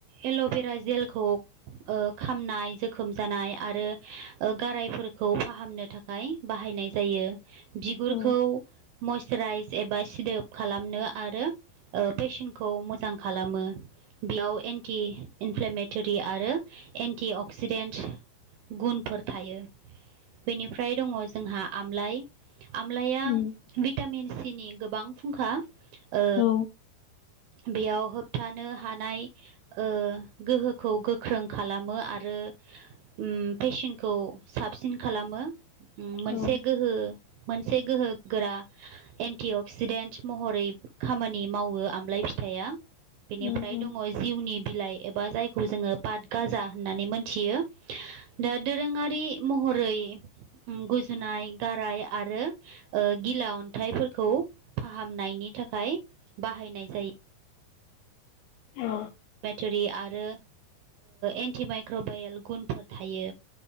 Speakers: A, on the right; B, on the left.
A: एल'भेरा जेलखौ ओ खामनाय जोखोम जानाय आरो गारायफोरखौ फाहामनो थाखाय बाहायनाय जायो बिगुरखौ
B: औ
A: मइसाराइस एबा सिदोब खालामनो आरो ओ पेसनखौ मोजां खालामो। बेयाव एन्टि इनफ्लेमेटरि आरो एन्टि अक्सिडेन्ट गुनफोर थायो बेनिफ्राय दङ जोंहा आमलाइ आमलाइया
B: उम
A: भिटामिन सि नि गोबां फुंखा ओ
B: औ
A: बेयाव होबथानो हानाय ओ गोहोखौ गोख्रों खालामो आरो ओम पेशेनखौ साबसिन खालामो।
B: औ
A: से गोहो मोनसे गोहोगोरा एन्टि अक्सिडेन्ट महरै खामानि मावो आमलाय फि थाइया बेनिफ्राय
B: उम उम
A: दङ जिउनि बिलाइ एबा जायखौ जोङो पाट गाजा होननानै मोनथियो दा दोरोङारि महरै गुजु नाय गाराय आरो गिला अन्थाइफोरखौ फाहामनायनि थाखाय बाहायनाय जायो।
B: औ।
A: बाटरि आरो एन्टिमाइक्रबायेल गुनफोर थायो।